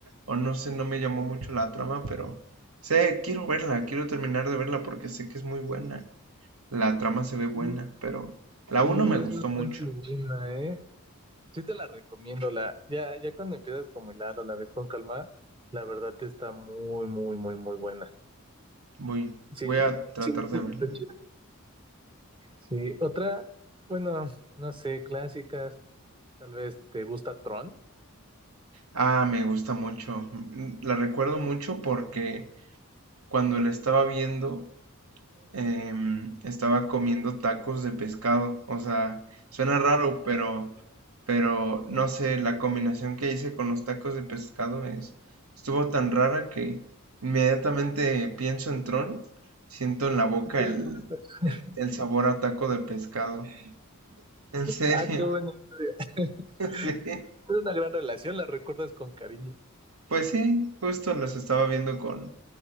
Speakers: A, on the right (about 75°); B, on the right (about 25°).
A: o, no sé, no me llamó mucho la trama, pero sé, quiero verla, quiero terminar de verla porque sé que es muy buena. La trama se ve
B: Sí,
A: buena, pero la uno
B: sí,
A: me
B: es
A: gustó
B: bastante
A: mucho.
B: buena, ¿eh? Sí te la recomiendo, la, ya, ya cuando empiezas como hilarla, la ves con calma, la verdad te está muy, muy, muy, muy buena.
A: Voy,
B: Sí,
A: voy a tratar
B: sí,
A: de
B: sí, está
A: verla bien.
B: chida. Sí, otra, bueno, no sé, clásicas, tal vez te gusta Tron.
A: Ah, me gusta mucho. mm, La recuerdo mucho porque cuando la estaba viendo em, estaba comiendo tacos de pescado. O sea, suena raro, pero, pero no sé, la combinación que hice con los tacos de pescado es, estuvo tan rara que inmediatamente pienso en Tron, siento en la boca
B: Ya
A: el,
B: sé, ya está. chida.
A: e, el sabor a taco de pescado. En serio,
B: Ah, qué buena historia. <laughs>
A: <laughs> sí.
B: Es una gran relación, la recuerdas con cariño.
A: Pues sí, justo los estaba viendo con,